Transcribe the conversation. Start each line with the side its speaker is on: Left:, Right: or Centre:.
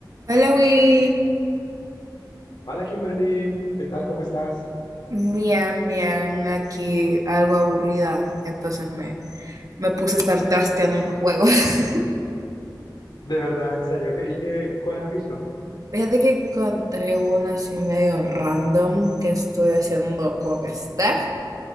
Right: Hola Will,
Left: Hola Kimberly, ¿qué tal? ¿Cómo estás?
Right: bien, bien, aquí algo aburrida, entonces me, me puse a estar trasteando unos juegos. <laughs>
Left: De verdad, en serio, ¿qué, y qué, cuáles has visto?
Right: Fíjate que encontré uno así medio random que estoy haciendo con Steph